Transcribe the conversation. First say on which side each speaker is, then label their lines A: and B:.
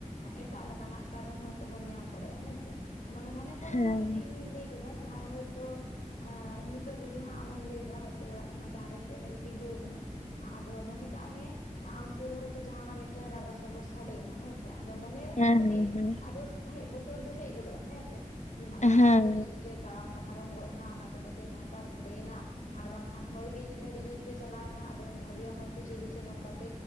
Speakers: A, on the left (about 80°); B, on the left (about 60°).
A: ᱮᱴᱟᱜ ᱞᱮᱠᱟᱱᱟᱜ ᱠᱟᱨᱚᱱ ᱦᱚᱭᱛᱳ ᱵᱚᱱ ᱧᱟᱢ ᱫᱟᱲᱮᱭᱟᱜᱼᱟ, ᱦᱮᱸᱥᱮ ᱢᱟᱱᱮ ᱢᱚᱱᱮ ᱠᱚᱨᱚ
B: ᱦᱮᱸ
A: ᱡᱩᱫᱤ ᱤᱧᱤᱧ ᱞᱟᱹᱭ ᱠᱮᱫᱟ᱾ ᱡᱟᱦᱟᱸ ᱨᱮ ᱦᱚᱭᱛᱳ ᱟᱸᱻ ᱱᱤᱛᱚᱜ ᱡᱩᱫᱤ ᱦᱟᱸᱜ ᱟᱢᱮᱢ ᱞᱟᱹᱭ ᱮᱫᱟ ᱦᱚᱭᱛᱳ ᱚᱲᱟᱜ ᱠᱷᱚᱱᱟᱜ ᱵᱟᱦᱨᱮ ᱥᱮᱫ ᱨᱮᱢ ᱛᱤᱸᱜᱩ ᱟᱠᱟᱱᱟ᱾ ᱟᱫᱚ ᱢᱚᱱᱮ ᱠᱟᱜ ᱢᱮ ᱟᱢ ᱥᱩᱨ ᱨᱮ ᱦᱚᱭᱛᱳ ᱡᱟᱦᱟᱸᱱᱟᱜ ᱢᱤᱫᱴᱟᱹᱝ ᱨᱟᱜᱟᱥ ᱨᱚᱜᱚᱥ ᱥᱟᱰᱮᱭᱮᱱᱟ ᱦᱮᱸᱥᱮ ᱟᱫᱚ ᱢᱚᱱᱮ ᱨᱮᱫᱚ
B: ᱦᱮᱸ
A: ᱠᱟᱹᱴᱤᱡ ᱫᱷᱟᱫᱚᱥ ᱥᱟᱺᱦᱤᱡ ᱵᱚᱛᱚᱨ ᱫᱚ ᱦᱮᱡ ᱜᱚᱫᱚᱜᱼᱟ ᱦᱮᱸ ᱥᱮ ᱾ ᱵᱷᱟᱹᱵᱤᱭᱟᱢ
B: ᱦᱮᱸ
A: ᱦᱚᱭᱛᱳ ᱪᱤᱞᱤ ᱪᱚᱭ ᱛᱟᱲᱟᱢ ᱯᱟᱨᱚᱢ ᱜᱚᱫ ᱮᱱᱟ ᱚᱱᱟᱛᱮ ᱯᱟᱪᱮᱫ ᱱᱚᱝᱠᱟ ᱥᱟᱰᱮᱭᱮᱱᱟ ᱾ ᱟᱨ ᱵᱟᱝᱠᱷᱟᱱ ᱦᱚᱭ ᱜᱮ ᱡᱩᱫᱤ ᱟᱹᱰᱤ ᱡᱩᱛ ᱛᱮ ᱪᱟᱞᱟᱣᱮᱱᱟ ᱟᱫᱚ ᱵᱷᱟᱹᱵᱤᱭᱟᱢ ᱦᱚᱭ ᱛᱚ ᱪᱮᱞᱮ ᱪᱚᱭ ᱱᱚᱝᱠᱟᱛᱮ